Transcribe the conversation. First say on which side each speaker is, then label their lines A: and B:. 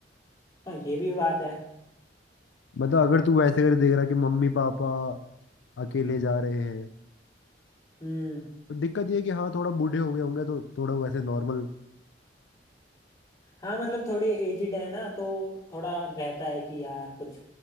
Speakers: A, on the left; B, on the left.
A: हाँ ये भी बात है
B: मतलब अगर तू वैसे कर देख रहा कि मम्मी पापा अकेले जा रहे हैं
A: हम्म
B: दिक्कत ये है कि हाँ थोड़ा बूढ़े हो गए होंगे तो थोड़ा वैसे नॉर्मल
A: हाँ मतलब थोड़ी एजिड है ना तो थोड़ा रहता है कि यार कुछ